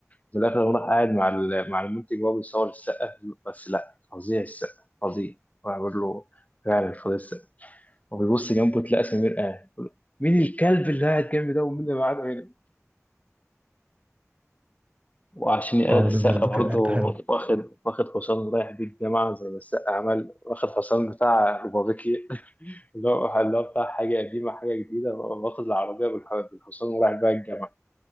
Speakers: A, on the left; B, on the right.
A: في الآخر هو راح قاعد مع ال- مع المنتج وهو بيصور السقا بس لا فظيع السقا فظيع راح بيقول له فعلا فظيع السقا وبيبص جنبه تلاقى سمير قاعد مين الكلب اللي قاعد جنبي ده ومين اللي قاعد هنا وعشان يقلد
B: اه
A: السقا
B: دي برضه
A: برضه
B: كانت حته حلوه
A: واخد واخد حصان رايح بيه الجامعة زي ما السقا عمل واخد حصان بتاع روبابيكي <laughs> اللي هو اللي هو بتاع حاجة قديمة حاجة جديدة واخد العربية بالح- بالحصان ورايح بيها الجامعة